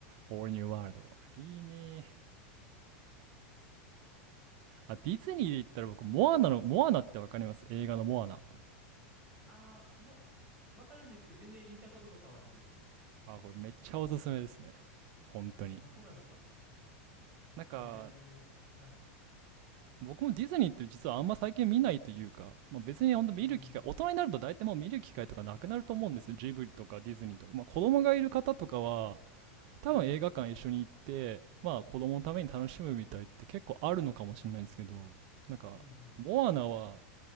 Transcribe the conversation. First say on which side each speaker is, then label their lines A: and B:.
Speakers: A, on the right; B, on the right.
A: All New World いいねあディズニーで言ったら僕モアナのモアナってわかります映画のモアナ
B: ああ、もう、わかるんですけど、全然見たこととかはないです。
A: あこれめっちゃおすすめですね本当に
B: あ、そうなんですか。
A: なんか
B: ええはい。
A: 僕もディズニーって実はあんま最近見ないというか、まあ、別に本当見る機会大人になると大体もう見る機会とかなくなると思うんですよジブリとかディズニーとか、
B: うん。
A: まあ、子供がいる方とかは
B: はい。
A: 多分映画館一緒に行ってまあ子供のために楽しむみたいって結構あるのかもしれないんですけどなんかモアナは
B: うん。うん、うん。